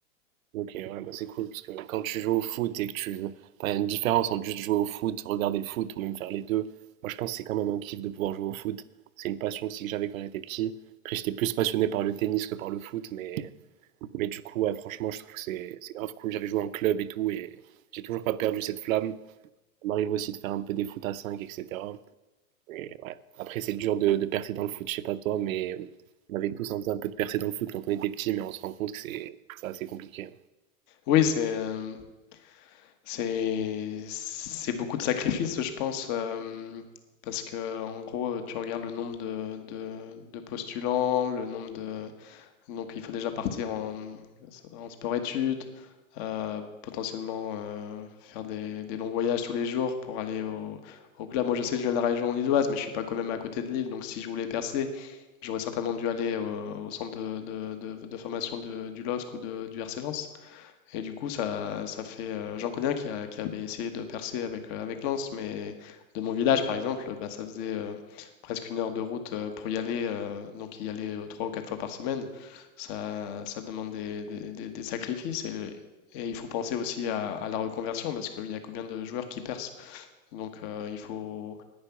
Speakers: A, on the right (about 65°); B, on the left (about 45°).
A: Ok, ouais, bah c'est cool parce que quand tu joues au foot et que tu. Enfin, il y a une différence entre juste jouer au foot, regarder le foot ou même faire les deux. Moi, je pense que c'est quand même un kiff de pouvoir jouer au foot. C'est une passion aussi que j'avais quand j'étais petit. Après, j'étais plus passionné par le tennis que par le foot, mais, mais du coup, ouais, franchement, je trouve que c'est c'est grave cool. J'avais joué en club et tout et j'ai toujours pas perdu cette flamme. Ça m'arrive aussi de faire un peu des foot à 5, etc. Et ouais. Après, c'est dur de, de percer dans le foot, je sais pas toi, mais on avait tous envie un peu de percer dans le foot quand on était petit, mais on se rend compte que c'est c'est assez compliqué.
B: Oui, c'est euh, C'est c'est beaucoup de sacrifices, je pense, euh, parce que en gros, tu regardes le nombre de, de- de postulants, le nombre de donc il faut déjà partir en, en sport-études, euh, potentiellement euh, faire des, des longs voyages tous les jours pour aller au, au club. Moi, je sais que je viens de la région lilloise, mais je suis pas quand même à côté de Lille, donc si je voulais percer, j'aurais certainement dû aller au, au centre de, de- de- de formation de- du LOSC ou de- du RC Lens. Et du coup, ça, ça fait. euh, j'en connais un qui, a- qui avait essayé de percer avec, euh, avec Lens, mais de mon village, par exemple, bah, ça faisait euh, presque une heure de route euh, pour y aller. euh, donc, y aller euh, trois ou quatre fois par semaine, ça, ça demande des, des- des- des sacrifices. Et, le- et il faut penser aussi à, à la reconversion, parce qu'il y a combien de joueurs qui percent. Donc, euh, il faut,